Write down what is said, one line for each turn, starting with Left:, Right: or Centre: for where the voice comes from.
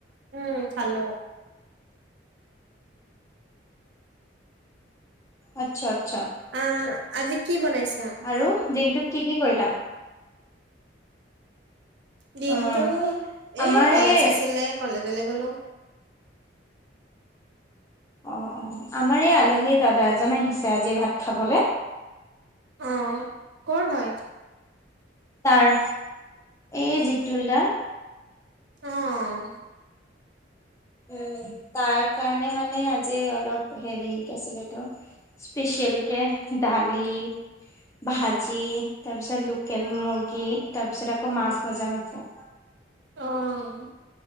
Right: উম, খালোঁ।
Left: আচ্ছা আচ্ছা
Right: আহ আজি কি বনাইছা
Left: আৰু দিনটোত কি কি কৰিলা
Right: দিনটো
Left: উম আমাৰ
Right: এ কলেজ
Left: এই
Right: আছিলে কলেজলৈ গলো
Left: অ অ আমাৰ এই আলহী দাদা এজন আহিছে আজি ভাত খাবলে
Right: অ কৰ হয়
Left: তাৰ এই জিতুলডা
Right: আহ
Left: উ তাৰ কাৰণে মানে আজি অলপ হেৰিছিল স্পেচিয়েলকে দালি ভাজি তাৰপিছত লোকেল মুৰ্গী তাৰপিছত আকৌ মাছ ভজা হৈছে
Right: উম